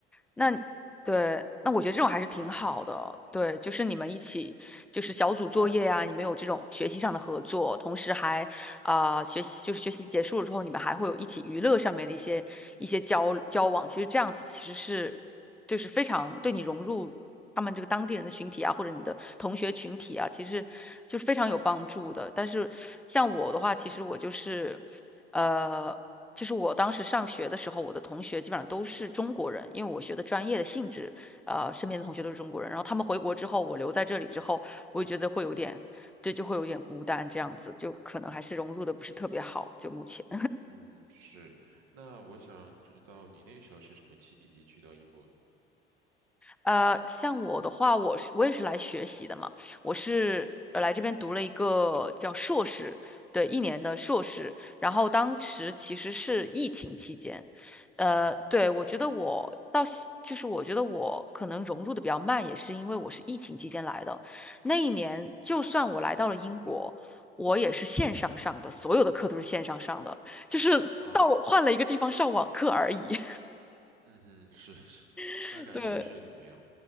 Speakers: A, in the centre; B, on the right (about 65°).
A: 那对，
B: 是，
A: 那我觉得这种还是挺好的。
B: 那
A: 对，就是你们一起，就是小组作业呀、你们有这种学习上的合作，同时还啊、学习就是学习结束了之后，你们还会有一起娱乐上面的一些一些交交往。其实这样子其实是就是非常对你融入他们这个当地人的群体啊，或者你的同学群体啊，其实就是非常有帮助的。但是像我的话，其实我就是，呃，就是我当时上学的时候，我的同学基本上都是中国人，因为我学的专业的性质，呃，身边的同学都是中国人。然后他们回国之后，我留在这里之后，我也觉得会有点，对，就会有点孤单这样子，就可能还是融入的不是特别好，就目前。
B: 嗯是，那我想知道你那时候是什么契机去到英国的？
A: 呃，像我的话，我是我也是来学习的嘛，我是呃来这边读了一个叫硕士，对，一年的硕士。然后当时其实是疫情期间，呃，
B: 嗯
A: 对，我觉得我到现就是我觉得我可能融入的比较慢，也是因为我是疫情期间来的。那一年，就算我来到了英国，我也是线上上的，所有的课都是线上上的，就是到了换了一个地方上网课而已。
B: 啊，嗯哼，是是，<laughs>
A: <laughs>
B: 那感觉是怎么样
A: 对。